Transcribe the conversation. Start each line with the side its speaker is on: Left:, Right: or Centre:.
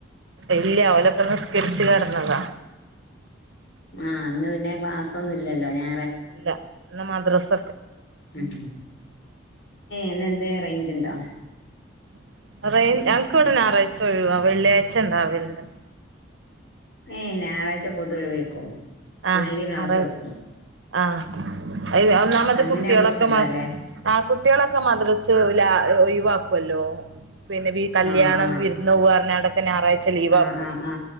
Right: ഇല്ല ഓലക്കന്നു നിസ്കരിച്ചു കിടന്നത
Left: ആഹ് ഇന്ന് പിന്നെ ക്ലാസ്സൊന്നു ഇല്ലല്ലോ ഞാ
Right: ഇല്ല ഇന്ന് മദ്രസ്
Left: ഉം ഇന്ന് എന്തെ റേഞ്ച്ണ്ടോ
Right: <unintelligible> ഞങ്ങക്ക് ഇവിടെ ഞായറാഴ്ച ഒഴിവാ വെള്ളിയാഴ്ച ഉണ്ടാവലണ്ട്
Left: ഏയ് ഞായറാഴ്ച പൊതുവെ ഒഴിവക്കും
Right: ആഹ്
Left: വെള്ളി ക്ലാസ്സ്‌
Right: ഞായറാഴ്ച
Left: എടുക്കും
Right: ആഹ് ഒന്നാമത്
Left: അങ്ങനെയാകുമ്പോ
Right: കുട്ടികളൊക്കെ
Left: സുഖല്ലേ
Right: മ ആ കുട്ടികളൊക്കെ മദ്രസ് <unintelligible> ഒഴിവ് വക്കല്ലോ പിന്നെ ഈ കല്യാണം
Left: ആ ആ
Right: വിരുന്നു പോവാന്ന <unintelligible> ഞായറാഴ്ച ലീവാക്കും
Left: ആ ആ ആ